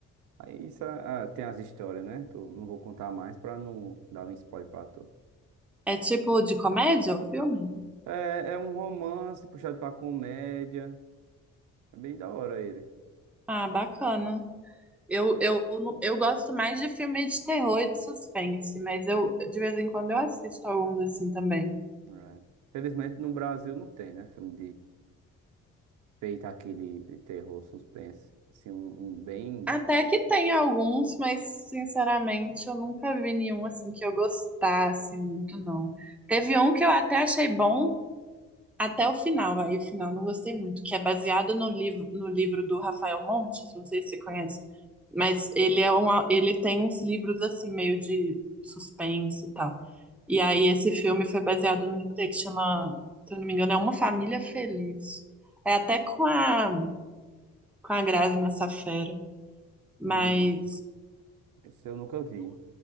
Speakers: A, on the right (about 80°); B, in the centre.
A: Aí isso é- é, tem as histórias, né? Tu- não vou contar mais pra não dar um spoiler pra tu.
B: É tipo de comédia o filme?
A: É, é um romance puxado pra comédia, é bem da hora ele.
B: Ah, bacana. Eu, eu, não- eu gosto mais de filme de terror e de suspense, mas eu de vez em quando eu assisto alguns assim também.
A: É. Felizmente no Brasil não tem, né? Filme feita aqui de, de terror, suspense. Assim, um, um bem.
B: Até que tem alguns, mas sinceramente eu nunca vi nenhum assim que eu gostasse muito, não. Teve um que eu até achei bom, Até o final, aí o final não gostei muito, que é baseado no livro, no livro do Rafael Montes, não sei se você conhece, mas ele é um, au- ele tem uns livros assim, meio de suspense e tal. E aí esse filme foi baseado no livro dele, que chama, se eu não me engano, é Uma Família Feliz. É até com a, com a Grazi Massafera, mas
A: Não, esse eu nunca vi.